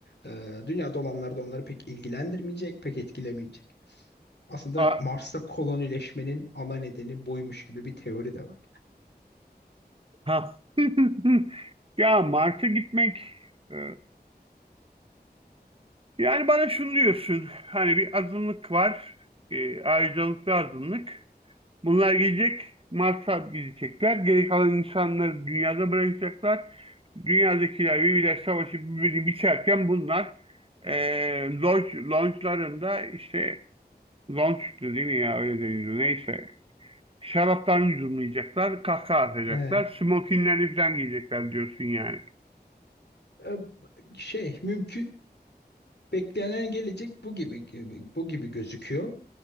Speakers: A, on the left; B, on the right.
A: e, dünyada olanlar da onları pek ilgilendirmeyecek, pek etkilemeyecek. Aslında
B: A-
A: Mars'ta kolonileşmenin ana nedeni buymuş gibi bir teori de var.
B: Ha. <laughs> Ya Mars'a gitmek e, yani bana şunu diyorsun hani bir azınlık var e, ayrıcalıklı azınlık bunlar gelecek Mars'a gidecekler geri kalan insanları dünyada bırakacaklar dünyadakiler birbirler savaşı birbirini biçerken bunlar e, lodge, lodge'larında işte Lon sütü değil mi ya? Öyle deniyordu. Neyse. Şaraptan yudumlayacaklar, kahkaha atacaklar,
A: Evet.
B: smokinlerini falan giyecekler diyorsun yani.
A: E, Şey mümkün beklenen gelecek bu gibi bu gibi gözüküyor.